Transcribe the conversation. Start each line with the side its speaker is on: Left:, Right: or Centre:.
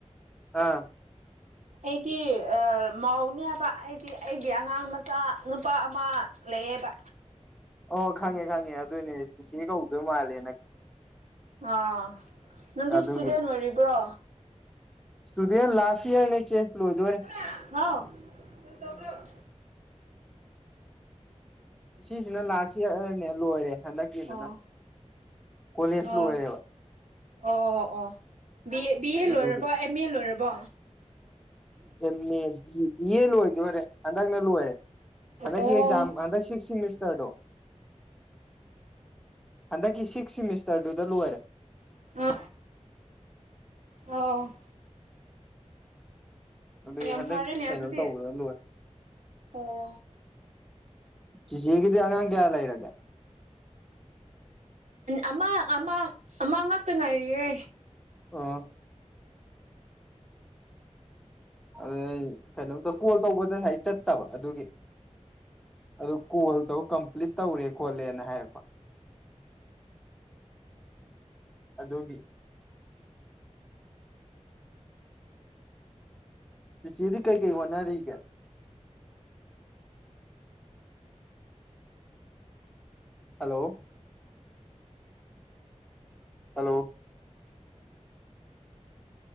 Centre: ꯑꯥ
Right: ꯑꯩꯗꯤ ꯃꯥꯎꯅꯦ ꯍꯥꯏꯕ ꯑꯩꯗꯤ ꯑꯩꯒꯤ ꯑꯉꯥꯡ ꯃꯆꯥ ꯅꯨꯄꯥ ꯑꯃ ꯂꯩꯌꯦꯕ
Centre: ꯑꯣ ꯈꯪꯉꯦ ꯈꯪꯉꯦ ꯑꯗꯨꯏꯅꯦ ꯆꯤꯆꯦ ꯀꯧꯗꯣꯏ ꯃꯥꯜꯂꯦ
Right: ꯑꯥ ꯅꯪꯗꯤ
Centre: ꯑꯗꯨꯒꯤ
Right: ꯏꯁꯇꯨꯗꯦꯟ ꯑꯣꯏꯔꯤꯕ꯭ꯔꯣ
Centre: ꯏꯁꯇꯨꯗꯦꯟ ꯂꯥꯁ ꯏꯌꯔꯅꯦ ꯆꯦ ꯂꯣꯏꯗꯣꯔꯦ
Right: <unintelligible> ꯀꯔꯤ ꯇꯧꯒꯦꯔꯣ
Centre: ꯁꯤꯁꯤꯅ ꯂꯥꯁ ꯏꯌꯥꯔꯅꯦ ꯂꯣꯏꯔꯦ ꯍꯟꯗꯛꯀꯤꯗꯨꯅ
Right: ꯑꯣ
Centre: ꯀꯣꯂꯦꯖ
Right: ꯑꯣ
Centre: ꯂꯣꯏꯔꯦꯕ
Right: ꯑꯣ ꯑꯣ ꯑꯣ ꯕꯤ ꯑꯦ ꯕꯤ ꯑꯦ ꯂꯣꯏꯔꯕ
Centre: ꯑꯗꯨꯒꯤ
Right: ꯑꯦ ꯑꯦ ꯃꯦ ꯂꯣꯏꯔꯕꯣ
Centre: ꯑꯦꯝ ꯑꯦ ꯕꯤ ꯑꯦ ꯂꯣꯏꯗꯣꯔꯦ ꯍꯟꯗꯛꯅ ꯂꯣꯏꯔꯦ ꯍꯟꯗꯛꯀꯤ
Right: ꯑꯣ
Centre: ꯑꯦꯛꯖꯥꯥꯝ ꯍꯟꯗ ꯁꯤꯛꯁ ꯁꯤꯃꯤꯁ ꯇꯔꯗꯣ ꯍꯟꯗꯛꯀꯤ ꯁꯤꯛꯁ ꯁꯤꯃꯤꯁꯇꯔꯗꯨꯗ ꯂꯣꯏꯔꯦ
Right: ꯑ ꯑꯣ
Centre: ꯑꯗꯨ
Right: ꯌꯥꯝ
Centre: ꯍꯟꯗꯛ
Right: ꯐꯔꯦꯅꯦ
Centre: ꯀꯩꯅꯣ
Right: ꯑꯗꯨꯗꯤ
Centre: ꯇꯧꯕꯅ ꯂꯣꯏꯔꯦ
Right: ꯑꯣ
Centre: ꯆꯦꯆꯦꯒꯤꯗꯤ ꯑꯉꯥꯡ ꯀꯌꯥ ꯂꯩꯔꯒꯦ
Right: ꯑꯃ ꯑꯃ ꯑꯃ ꯉꯥꯛꯇ ꯉꯥꯏꯔꯤꯌꯦ
Centre: ꯑꯣ ꯑꯗꯨ ꯀꯩꯅꯣꯝ ꯀꯣꯜ ꯇꯧꯕꯗ ꯉꯁꯥꯏ ꯆꯠꯇꯕ ꯑꯗꯨꯒꯤ ꯑꯗꯨ ꯀꯣꯜ ꯇꯧꯔ ꯀꯝꯄ꯭ꯂꯤꯠ ꯇꯧꯔꯦ ꯈꯣꯠꯂꯦꯅ ꯍꯥꯏꯔꯛꯄ ꯑꯗꯨꯒꯤ ꯆꯤꯆꯦꯗꯤ ꯀꯩ ꯀꯩ ꯍꯣꯠꯅꯔꯤꯒꯦ ꯍꯜꯂꯣ ꯍꯜꯂꯣ